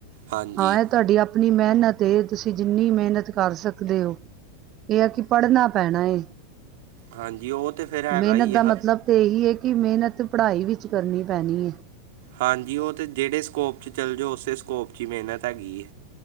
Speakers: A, on the right (about 50°); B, on the right (about 35°).
A: ਹਾਂਜੀ
B: ਹਾਂ ਇਹ ਤੁਹਾਡੀ ਅਪ ਪਣੀ ਮਿਹਨਤ ਏ ਤੁਸੀਂ ਜਿੰਨੀ ਮਿਹਨਤ ਕਰ ਸਕਦੇ ਹੋ ਇਹ ਆ ਕਿ ਪੜ੍ਹਨਾ ਪੈਣਾ ਏ
A: ਹਾਂਜੀ ਉਹ ਤੇ ਫੇਰ ਹੈਗਾ
B: ਮਿਹਨਤ
A: ਹੀ
B: ਦਾ
A: ਹੈ
B: ਮਤਲਬ ਤੇ ਇਹੀ ਹੈ ਕਿ ਮਿਹਨਤ ਪੜ੍ਹਾਈ ਵਿੱਚ ਕਰਨੀ ਪੈਣੀ ਹੈ
A: ਹਾਂਜੀ ਉਹ ਤੇ ਜਿਹੜੇ ਸਕੋਪ ' ਚੱਲ ਜਾਓ ਉਸੇ ਸਕੋਪ ' ਹੀ ਮਿਹਨਤ ਹੈਗੀ ਏ